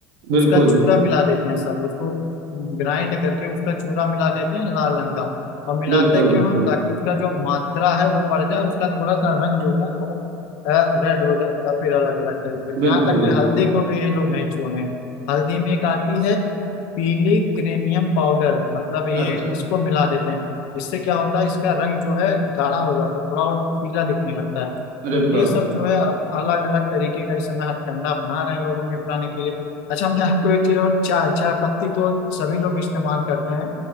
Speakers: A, on the right (about 80°); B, on the left (about 65°).
A: बिल्कुल
B: उसका चूरा मिला देते हैं सब उसको ग्राइंड करके उसका चूरा मिला देते हैं लाल रंग का और मिलाते
A: बिल्कुल
B: क्यों
A: बिल्कुल
B: हैं ताकि उसका जो मात्रा है वो बढ़ जाए उसका थोड़ा सा रंग जो है वो रेड हो जाए या फिर अलग अलग तरीके से
A: बिल्कुल
B: यहाँ तक कि
A: बिल्कुल
B: हल्दी को भी ये लोग नहीं छोड़े हैं। हल्दी में एक आती है पीली क्रेमियम पाउडर मतलब ये
A: अच्छा
B: इसको मिला देते हैं इससे क्या होता है इसका रंग जो है गाढ़ा हो जाता है थोड़ा और पीला दिखने लगता है
A: अरे
B: तो
A: बाप
B: ये सब
A: रे
B: जो है अलग अलग तरीके का इस समय हथकंडा अपना रहे हैं लोगों को निपटाने के लिए अच्छा मैं आपको एक चीज और चाय चाय पत्ती तो सभी लोग इस्तेमाल करते हैं